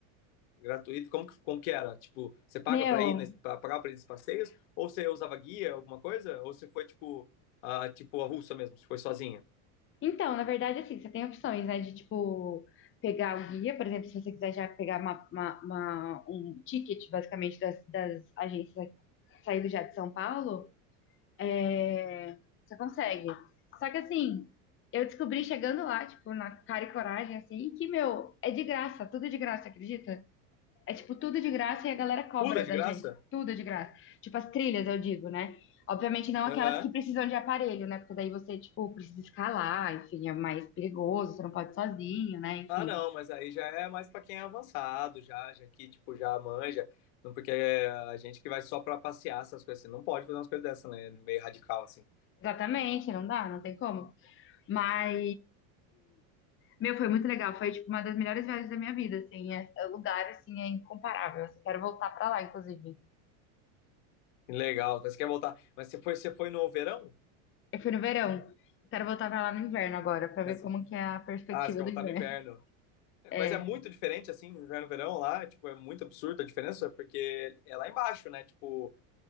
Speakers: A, on the left; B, on the left.
A: gratuito? Como, que- como que era? Tipo, você paga
B: Meu,
A: pra ir, nesse, pra pagar pra ir nesses passeios? Ou você usava guia, alguma coisa? Ou você foi, tipo, a, tipo, a russa mesmo? Você foi sozinha?
B: então, na verdade, assim, você tem opções, né, de, tipo, pegar o guia, por exemplo, se você quiser já pegar uma, uma- uma- um ticket, basicamente, das, das agências, sair do já de São Paulo, É, você consegue. Só que assim, eu descobri chegando lá, tipo, na cara e coragem, assim, que, meu, é de graça, tudo é de graça, acredita? É tipo, tudo de graça e a galera cobra
A: Tudo é de
B: da
A: graça?
B: gente, tudo é de graça. Tipo, as trilhas, eu digo, né? Obviamente não
A: Aham.
B: aquelas que precisam de aparelho, né? Porque daí você, tipo, precisa escalar, enfim, é mais perigoso, você não pode ir sozinho, né? Enfim.
A: Ah, não, mas aí já é mais para quem é avançado, já, já que, tipo, já manja. Não, porque é a gente que vai só para passear essas coisas, você não pode fazer umas coisas dessas, né? Meio radical, assim.
B: Exatamente, não dá, não tem como. Mas, meu, foi muito legal. Foi, tipo, uma das melhores viagens da minha vida, assim. É, é lugar, assim, é incomparável. Eu quero voltar pra lá, inclusive.
A: Legal, mas você quer voltar. Mas você foi, você foi no verão?
B: Eu fui no verão. Eu quero voltar pra lá no inverno agora, pra
A: Nessa-
B: ver como que é a perspectiva
A: Ah, você quer
B: do
A: voltar
B: inverno.
A: no inverno.
B: É.
A: Mas é muito diferente, assim, inverno, e verão lá, tipo, é muito absurda a diferença, porque é lá embaixo, né? Tipo,